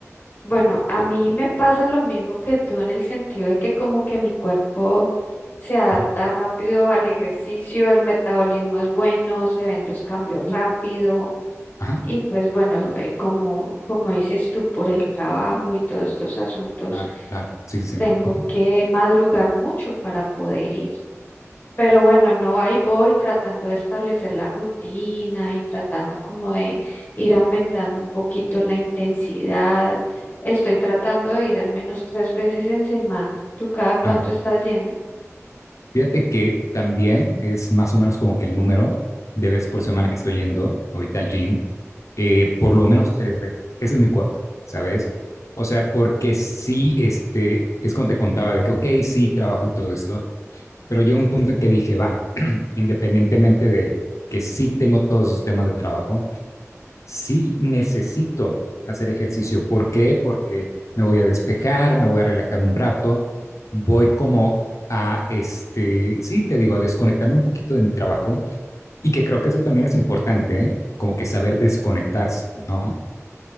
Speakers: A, on the left; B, on the left.
A: Bueno, a mí me pasa lo mismo que tú en el sentido de que como que mi cuerpo se adapta
B: Ujú.
A: rápido al ejercicio, el metabolismo es bueno, se ven los cambios rápido.
B: Ajá,
A: Y pues bueno, eh, como, como dices tú, por el trabajo y todos estos asuntos,
B: claro, claro, sí, sí,
A: tengo
B: sí, Ujú,
A: que madrugar mucho para poder ir. Pero bueno, no, ahí voy tratando de establecer la rutina y tratando como de ir aumentando un poquito la intensidad. Estoy tratando de ir al menos tres veces en semana. ¿Tú cada cuánto
B: claro.
A: estás yendo?
B: Fíjate que también es más o menos como que el número de veces por semana que estoy yendo ahorita al gym, eh, por lo menos tres veces. ese es mi cuota, ¿sabes? O sea, porque sí, este, es como te contaba, de que, ok, sí, trabajo y todo esto, pero llega un punto en que dije, va, <clears throat> independientemente de que sí tengo todos esos temas de trabajo, sí necesito hacer ejercicio. ¿Por qué? Porque me voy a despejar, me voy a relajar un rato, voy como a, este, sí, te digo, a desconectarme un poquito de mi trabajo y que creo que eso también es importante, ¿eh? como que saber desconectarse, ¿no?